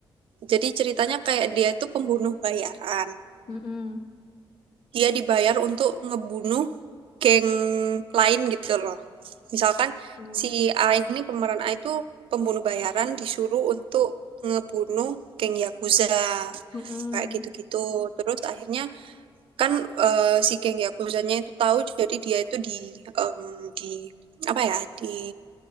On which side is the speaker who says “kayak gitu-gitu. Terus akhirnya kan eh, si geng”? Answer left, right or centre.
Right